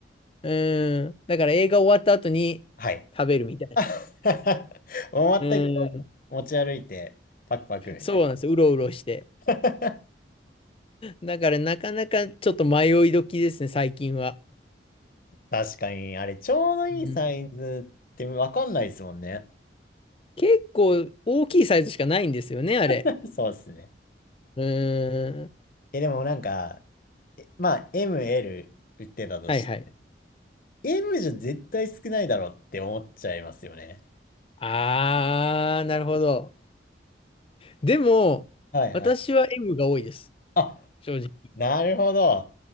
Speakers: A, on the left; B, on the left.
A: うーん、だから映画終わった後に
B: はい。
A: 食べるみたいな。
B: <laughs> 終わったけど持ち歩いて、
A: うーん、
B: パクパクみたい
A: そうなんですよ。うろうろして。
B: な。
A: だからなかなかちょっと迷い時ですね、最近は。
B: <laughs> 確かに、あれ、ちょうどいいサイズってわかんないですもんね。
A: うん。結構大きいサイズしかないんですよね、あれ。
B: <laughs> そうですね。
A: うーん。
B: え、でもなんか、えまあ、M、L 売ってたとして、
A: はいはい。
B: M じゃ絶対少ないだろうって思っちゃいますよね。
A: あー、なるほど。でも、
B: はいはい。
A: 私は M が多いです。
B: あ、
A: 正直。
B: なるほど。